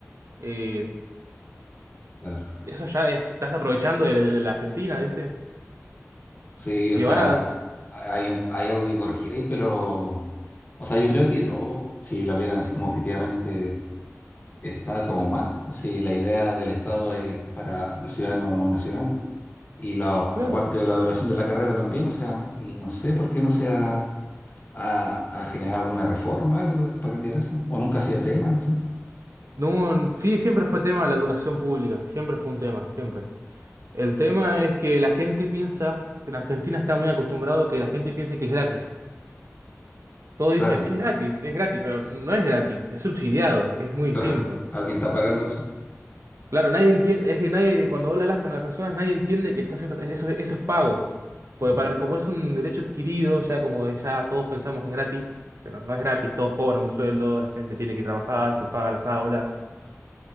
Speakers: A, on the right (about 70°); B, on the left (about 35°).
A: eh,
B: Claro.
A: Eso ya es- estás aprovechando de, de- de la Argentina, ¿viste?
B: Sí,
A: Si
B: o sea,
A: ahora, es-
B: hay un- hay algo que corregir ahí, pero, o sea, yo creo que todo, si lo vieran así como objetivamente está como mal. si la idea del Estado es para los ciudadanos nacionales y la,
A: claro.
B: la parte de la duración de la carrera también, o sea, y no sé por qué no se ha a, a generar alguna reforma, algo de- para cambiar eso, o nunca ha sido tema, no sé.
A: No, sí, siempre fue tema la educación pública, siempre fue un tema, siempre. El tema es que la gente piensa, que en Argentina está muy acostumbrado que la gente piense que es gratis. Todos
B: Claro,
A: dicen, es gratis, es gratis, pero no es gratis, es subsidiado, que es muy distinto.
B: claro, alguien está pagando eso.
A: Claro, nadie entiende, es que nadie, cuando hablas con las personas, nadie entiende que está haciendo, eso, eso es pago. Porque
B: Ujú,
A: para, como es un derecho adquirido, ya como ya todos pensamos que es gratis, pero no es gratis, todos cobran un sueldo, la gente tiene que trabajar, se paga las aulas.